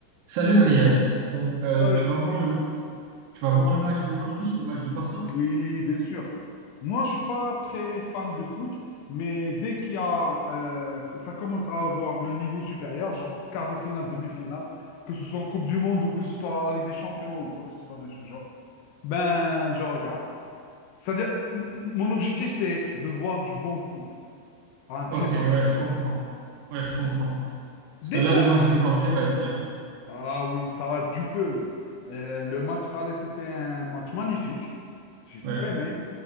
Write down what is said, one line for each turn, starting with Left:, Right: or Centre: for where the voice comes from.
Right: Salut Riyad. Donc euh,
Left: Allez.
Right: tu vas voir le tu vas voir le match d'aujourd'hui, le match du Barça?
Left: Oui, bien sûr. Moi, je suis pas très fan de foot, mais dès qu'il y a, euh, que ça commence à avoir le niveau supérieur, genre quart de finale, demi-finale, que ce soit en Coupe du Monde ou que ce soit en Ligue des Champions ou quoi que ce soit de ce genre, ben, je regarde. C'est-à-dire, m- m- mon objectif, c'est de voir du bon foot à un très
Right: Ok,
Left: bon
Right: ouais,
Left: niveau.
Right: je comprends. Ouais, je comprends.
Left: Des
Right: Parce que là,
Left: fois,
Right: le match d'aujourd'hui va être bien.
Left: Ah oui, ça a du feu. Euh, Le, match aller, c'était un match magnifique. J'ai
Right: Ouais.
Left: trop aimé.